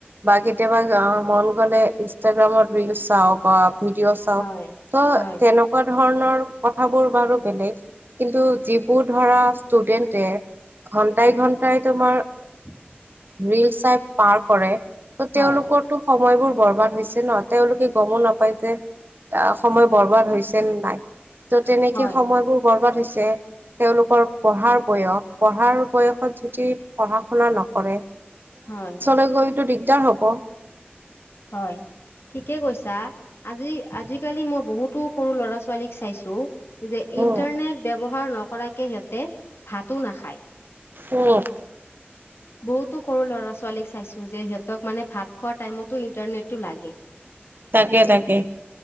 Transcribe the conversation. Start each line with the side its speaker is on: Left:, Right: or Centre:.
Right: বা কেতিয়াবা <unintelligible> মন গ'লে ইনষ্টাগ্ৰামত ৰিলছ চাওঁ বা ভিডিঅ' চাওঁ,
Left: হয়
Right: ত'
Left: হয়
Right: তেনেকুৱা ধৰণৰ কথাবোৰ বাৰু বেলেগ, কিন্তু যিবোৰ ধৰা ষ্টুডেন্টে ঘন্টাই-ঘন্টাই তোমাৰ
Left: <inaudible>
Right: ৰিলছ চাই পাৰ কৰে ত' তেওঁলোকৰতো
Left: হয়
Right: স সময়বোৰ বৰবাদ হৈছে ন, তেওঁলোকে গমো নাপায় যে, আ সময় বৰবাদ হৈছে নে নাই। ত' তেনেকে
Left: হয়
Right: সময়বোৰ বৰবাদ হৈছ যে তেওঁলোকৰ পঢ়াৰ বয়স, পঢ়াৰ বয়সত যদি পঢ়া-শুনা নকৰে
Left: হয়।
Right: <unintelligible> গ'লেটো দিগদাৰ হ'ব।
Left: হয়, ঠিকে কৈছা, আজি-আজিকালি মই বহুতো সৰু ল'ৰা-ছোৱালীক চাইছোঁ যে
Right: উম
Left: ইণ্টাৰনেট ব্যৱহাৰ ন কৰাকে সিহঁতে ভাতো নাখায়।
Right: উম।
Left: বহুতো সৰু ল'ৰা ছোৱালীক চাইছো যে, সিহঁতক মানে ভাত খোৱা টাইমতো ইন্টাৰনেটটো লাগে।
Right: তাকে তাকে।